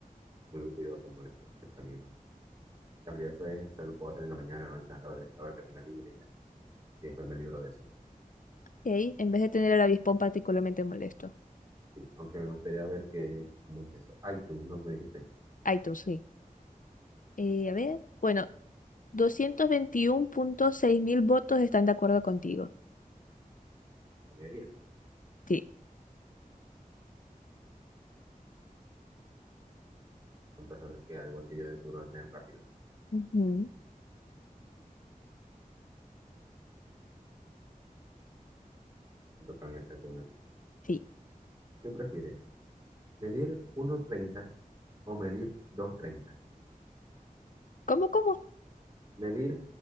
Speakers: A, on the right (about 25°); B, on the left (about 65°).
A: muy ruidoso, molesto, cerca mío. Cambio eso es, se lo puedo hacer en la mañana, noche, en la tarde, en la hora que tenga libre y ya. Y después me libro de eso.
B: Ok, En vez de tener el avispón particularmente molesto.
A: Sí. Aunque me gustaría ver que, ¿cómo es eso? iTunes, no me dijiste,
B: iTunes, sí. Eh, a ver. Bueno, doscientos veintiuno punto seis mil votos están de acuerdo contigo.
A: la mayoría.
B: Sí,
A: Son personas que, al igual que yo, de seguro leen rápido.
B: Ujú.
A: Me toca a mí hacerte una tip.
B: sí.
A: ¿Qué prefieres? ¿Medir uno treinta o medir dos treinta?
B: ¿Cómo, cómo?
A: ¿Medir